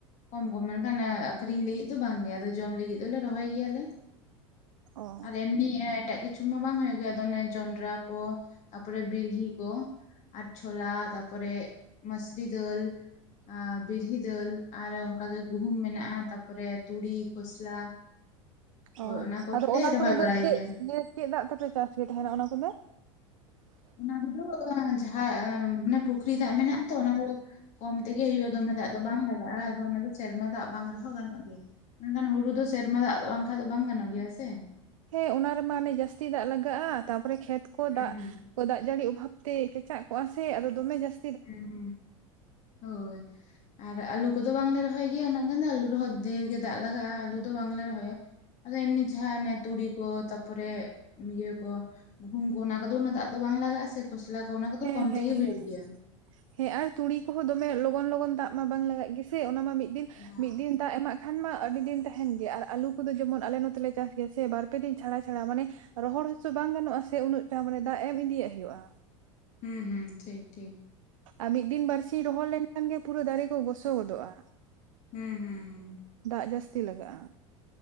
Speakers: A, on the left; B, on the right.
A: ᱠᱚᱢ ᱠᱚᱢ ᱢᱮᱱᱠᱷᱟᱱ ᱟᱠᱷᱨᱤᱧ ᱞᱟᱹᱜᱤᱫ ᱫᱚ ᱵᱟᱝ ᱜᱮ ᱟᱫᱚ ᱡᱚᱢ ᱞᱟᱹᱜᱤᱜ ᱫᱚᱞᱮ ᱨᱚᱦᱚᱭ ᱜᱮᱭᱟ ᱞᱮ
B: ᱚ
A: ᱟᱨ ᱮᱢᱱᱤ ᱮᱸ ᱮᱴᱟᱜ ᱠᱤᱪᱷᱩ ᱢᱟ ᱵᱟᱝ ᱦᱩᱭᱩᱜ ᱜᱮᱭᱟ ᱟᱫᱚ ᱚᱱᱮ ᱡᱚᱱᱰᱨᱟ ᱠᱚ, ᱛᱟᱯᱚᱨᱮ ᱵᱤᱞᱦᱤ ᱠᱚ ᱟᱨ ᱪᱷᱚᱞᱟ ᱛᱟᱯᱚᱨᱮᱜ ᱢᱟᱥᱨᱤ ᱫᱟᱹᱞ ᱟᱨ ᱵᱤᱨᱦᱤ ᱫᱟᱹᱞ ᱟᱨ ᱚᱱᱠᱟ ᱜᱮ ᱜᱩᱦᱩᱢ ᱢᱮᱱᱟᱜᱼᱟ, ᱛᱟᱯᱚᱨᱮ ᱛᱩᱲᱤ ᱠᱷᱚᱥᱞᱟ ᱦᱳᱭ
B: ᱚ
A: ᱚᱱᱟ ᱠᱚᱜᱮᱞᱮ
B: ᱟᱫᱚ ᱚᱱᱟ
A: ᱨᱚᱦᱚᱭ
B: ᱠᱚᱫᱚ
A: ᱵᱟᱲᱟᱭ
B: ᱫᱟᱹᱭ ᱪᱮᱫ
A: ᱜᱮᱭᱟ
B: ᱤᱭᱟᱹ ᱪᱮᱫ ᱫᱟᱜ ᱛᱮᱯᱮ ᱪᱟᱥ ᱜᱮ ᱛᱟᱦᱮᱱᱟ ᱚᱱᱟ ᱠᱚᱫᱚ?
A: ᱚᱱᱟ ᱠᱚᱫᱚ ᱡᱟᱦᱟᱸ ᱮ ᱯᱩᱠᱷᱨᱤ ᱫᱟᱜ ᱢᱮᱱᱟᱜᱼᱟ ᱟᱛᱚ ᱚᱱᱟ ᱫᱚ ᱠᱚᱢ ᱛᱮᱜᱮ ᱦᱩᱭᱩᱜᱼᱟ ᱫᱚᱢᱮ ᱫᱟᱜ ᱫᱚ ᱵᱟᱝ ᱞᱟᱜᱟᱜᱼᱟ ᱟᱫᱚ ᱚᱱᱟ ᱫᱚ ᱥᱮᱨᱢᱟ ᱫᱟᱜ ᱵᱟᱝ ᱨᱮᱦᱚᱸ ᱜᱟᱱᱚᱜ ᱜᱮᱭᱟ ᱢᱮᱱᱠᱷᱟᱱ ᱦᱩᱲᱩ ᱫᱚ ᱥᱮᱨᱢᱟ ᱫᱟᱜ ᱵᱟᱝᱠᱷᱟᱱ ᱫᱚ ᱵᱟᱝ ᱜᱟᱱᱚᱜ ᱜᱮᱭᱟ ᱥᱮ
B: ᱦᱮᱸ ᱚᱱᱟ ᱨᱮᱢᱟ ᱦᱟᱱᱮ ᱡᱟᱹᱥᱛᱤ ᱫᱟᱜ ᱞᱟᱜᱟᱜᱼᱟ ᱛᱟᱨᱯᱚᱨᱮ ᱠᱷᱮᱛ ᱠᱚ
A: ᱦᱩᱸ
B: ᱫᱟᱜ
A: ᱦᱩᱸ
B: <unintelligible> ᱫᱟᱜ ᱡᱟᱲᱤ ᱚᱵᱷᱟᱵᱽ ᱛᱮ ᱠᱮᱪᱟᱜ ᱠᱚᱜᱼᱟ ᱥᱮ ᱟᱫᱚ ᱫᱚᱢᱮ ᱡᱟᱹᱥ
A: ᱦᱮᱸ ᱦᱮᱸ, ᱦᱳᱭ ᱟᱨ ᱟᱹᱞᱩ ᱠᱚᱫᱚ ᱵᱟᱝᱞᱮ ᱨᱚᱦᱚᱭ ᱜᱮᱭᱟ ᱩᱱᱟᱹᱜ ᱜᱟᱱ ᱫᱚ, ᱟᱹᱞᱩ ᱨᱮᱦᱚᱸ ᱰᱷᱮᱨ ᱜᱮ ᱫᱟᱜ ᱞᱟᱜᱟᱜᱼᱟ ᱟᱹᱞᱩ ᱫᱚ ᱵᱟᱝᱞᱮ ᱨᱚᱦᱚᱭᱟ᱾ ᱟᱫᱚ ᱮᱢᱱᱤ ᱡᱟᱦᱟᱸ ᱚᱱᱮ ᱛᱩᱲᱤ ᱠᱚ, ᱛᱟᱯᱚᱨᱮ ᱤᱭᱟᱹ ᱠᱚ, ᱜᱩᱦᱩᱢ ᱠᱚ ᱚᱱᱟ ᱠᱚᱫᱚ ᱩᱱᱟᱹᱜ ᱫᱟᱜ ᱫᱚ ᱵᱟᱝ ᱞᱟᱜᱟᱜᱼᱟ ᱥᱮ ᱠᱷᱚᱥᱞᱟ ᱠᱚ ᱚᱱᱟ ᱠᱚᱫᱚ
B: ᱦᱮᱸ
A: ᱠᱚᱢ
B: ᱦᱮᱸ
A: ᱛᱮᱜᱮ ᱦᱩᱭᱩᱜ
B: ᱦᱮᱸ᱾
A: ᱜᱮᱭᱟ᱾
B: ᱦᱮᱸ ᱟᱨ ᱛᱩᱲᱤ ᱠᱚᱦᱚᱸ ᱫᱚᱢᱮ ᱞᱚᱜᱚᱱ ᱞᱚᱜᱚᱱ ᱫᱟᱜ ᱢᱟ ᱵᱟᱝ ᱞᱟᱜᱟᱜ ᱜᱮᱥᱮ ᱚᱱᱟᱢᱟ ᱢᱤᱫ ᱫᱤᱱ,
A: ᱵᱟᱝ
B: ᱢᱤᱫ ᱫᱤᱱ ᱫᱟᱜ ᱮᱢᱟᱜ ᱠᱷᱟᱱ ᱢᱟ ᱟᱹᱰᱤ ᱫᱤᱱ ᱛᱟᱦᱮᱸᱱ ᱜᱮᱭᱟ ᱟᱨ ᱟᱞᱩ ᱠᱚᱫᱚ ᱡᱮᱢᱚᱱ ᱟᱞᱮ ᱱᱚᱛᱮ ᱞᱮ ᱪᱟᱥ ᱜᱮᱭᱟ ᱥᱮ ᱵᱟᱨ ᱯᱮ ᱫᱤᱱ ᱪᱷᱟᱲᱟ ᱪᱷᱟᱲᱟ ᱢᱟᱱᱮ ᱨᱚᱦᱚᱲ ᱦᱚᱪᱚ ᱵᱟᱝ ᱜᱟᱱᱚᱜᱼᱟ ᱥᱮ ᱩᱱᱟᱹᱜᱴᱟᱜ ᱢᱟᱱᱮ ᱫᱟᱜ ᱮᱢ ᱤᱫᱤᱭᱟᱜ ᱦᱩᱭᱩᱜᱼᱟ᱾
A: ᱦᱩᱸ ᱦᱩᱸ ᱴᱷᱤᱠ ᱴᱷᱤᱠ᱾
B: ᱟᱨ ᱢᱤᱫ ᱫᱤᱱ ᱵᱟᱨᱥᱤᱧ ᱨᱚᱦᱚᱲ ᱞᱮᱱᱠᱷᱟᱱ ᱜᱮ ᱯᱩᱨᱟᱹ ᱫᱟᱨᱮ ᱠᱚ ᱜᱚᱥᱚ ᱜᱚᱫᱚᱜᱼᱟ᱾
A: ᱦᱩᱸ ᱦᱩᱸ ᱦᱩᱸ᱾
B: ᱫᱟᱜ ᱡᱟᱹᱥᱛᱤ ᱞᱟᱜᱟᱜᱼᱟ᱾